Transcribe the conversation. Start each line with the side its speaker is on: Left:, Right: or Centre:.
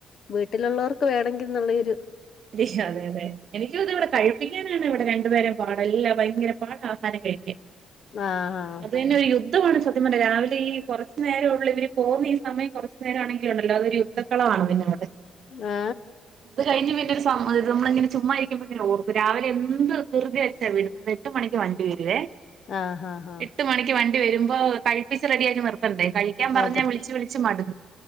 Left: വീട്ടിലുള്ളവർക്ക് വേണെങ്കിൽ എന്നുള്ളരു
Right: അതെ അതെ എനിക്കുത് ഇവിടെ കഴി കഴിക്കാനാണ് ഇവിടെ രണ്ടുപേരും പാട് ല്ലാ ഭയങ്കര പാട്ടിആഹാരം കഴിക്കാൻ
Left: ആഹ്
Right: അത് തന്നെ ഒരു യു യുദ്ധമാണ് സത്യം പറഞ്ഞാ രാവിലെ ഈ കുറച്ച നേരഉള്ളുവർ പോന്ന ഈ സമയം കുറച്ച് നേരാണെങ്കിലു ഉണ്ടല്ലോ അതൊരു യുദ്ധ <unintelligible>
Left: മേ
Right: അത് കഴിഞ് പി സ നമ്മള ഇങ്ങനെ ചുമ്മാരിക്കുമ്പോ ഇങ്ങനെ ഓർക്കും രാവിലെ എന്ത് ദൃതി വെച്ചാ വിടുന്നെ എട്ട് മണിക്ക് വണ്ടി വരുവേ
Left: ആഹ് ആഹ് ആഹ്
Right: എട്ട് മണിക്ക് വണ്ടി വരുമ്പോ കഴിപ്പിച്ച് റെഡിയാക്കി നിർ പന്തേ കഴിക്കാൻ പറഞ്ഞ
Left: അതെ
Right: വിളിച്ച് വിളിച്ച് മടു